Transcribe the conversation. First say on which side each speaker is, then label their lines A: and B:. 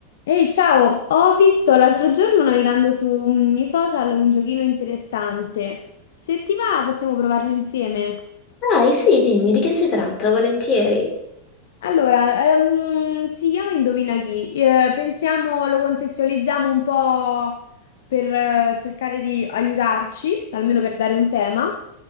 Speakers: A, on the left; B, on the left.
A: Ehi, ciao! Ho visto l'altro giorno navigando sui social un giochino interessante. Se ti va, possiamo provarlo insieme.
B: Dai, sì, dimmi di che si tratta, volentieri.
A: Allora, ehm, si chiama Indovina chi. Eh, pensiamo, lo contestualizziamo un po' per eh, cercare di aiutarci, almeno per dare un tema.